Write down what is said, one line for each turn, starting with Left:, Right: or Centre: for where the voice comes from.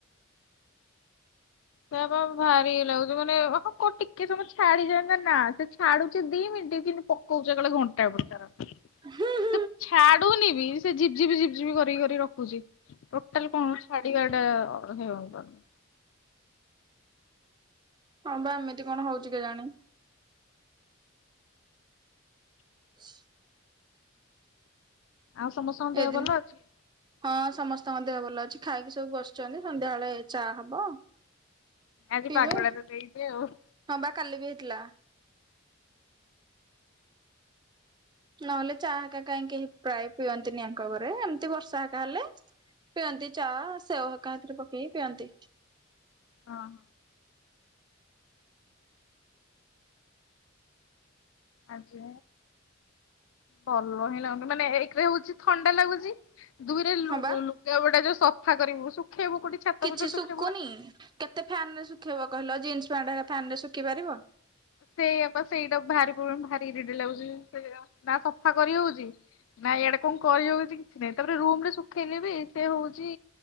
Left: ସେଆପା ଭାରିଇଏ ଲାଗୁଛି ମାନେ ହଁ ଟିକେ ସମୟ ଛାଡିଯାଆନ୍ତା ନା ସେ ଛାଡୁଛି ଦି ମିନିଟ କିନ୍ତୁ ପକୋ କୋଉ ଜାଗଳେ ଘଣ୍ଟାଏ ପ୍ରକାର
Right: ହୁଁ।
Left: ସେ ଛାଡୁନି ବି ସେ ଝିପି ଝିପି ଝିପି କରିକି ରଖୁଛି। ଟୋଟାଲ କଣ ଛାଡିବା ଟା ହେଇହବନି।
Right: ହଁ ବା ଏମିତି କଣ ହଉଚି କେଜାଣି। <inaudible>
Left: ଆଉ ସମସ୍ତଙ୍କ ଦେହ
Right: ଏଇଦିନ
Left: ଭଲ ଅଛି?
Right: ହଁ ସମସ୍ତଙ୍କ ଦେହ ଭଲ ଅଛି ଖାଇକି ସବୁ ବସିଛନ୍ତି ସନ୍ଧ୍ୟାବେଳେ ଚା ହବ।
Left: ଆଜି
Right: ପିଇବେ।
Left: ପାଗଟା ତ ଦେଇଛି ଆଉ।
Right: ହଁ ବା କାଲି ବି ହେଇଥିଲା। ନହେଲେ ଚା ହେକା କାହିଁକି କେହି ପ୍ରାୟ ପିଅନ୍ତିନି ଆଙ୍କ ଘରେ ଏମିତି ବର୍ଷା ଆକା ହେଲେ। ପିଅନ୍ତି ଚା ସେଓ ହେକା ହେ ଥିରେ ପକେଇକି ପିଅନ୍ତି।
Left: ହଁ। ଆଜି ଭଲ ହିଁ ଲାଗୁ ମାନେ ଏକରେ ହଉଛି ଥଣ୍ଡା ଲାଗୁଛି। ଦୁଇରେ ଲୁ
Right: ହଁ ବା
Left: ଲୁଗା ପଟା ଯୋଉ ସଫା କରିବୁ ଶୁଖେଇବୁ କୋଉଠି। ଛାତ
Right: କିଛି
Left: ଫାତ ଶୁଖେଇବୁ
Right: ଶୁଖୁନି କେତେ ଫ୍ୟାନ ରେ ଶୁଖେଇବ କହିଲ ଜିନ୍ସ ପ୍ୟାଣ୍ଟ ହେକା ଫାନ ରେ ଶୁଖି ପାରିବ।
Left: ସେଇଆପା ସେଇଟା ଭାରି ପ୍ରୋବ୍ଲେମ ଭାରି ଇରିଟେଟ ଲାଗୁଛି ସେୟା ନା ସଫା କରି ହଉଛି। ନାଇଁ ଇଆଡେ କଣ କରିହଉଛି କିଛି ନାଇଁ ତାପରେ ରୁମ ରେ ଶୁଖେଇଲେ ବି ସେ ହଉଚି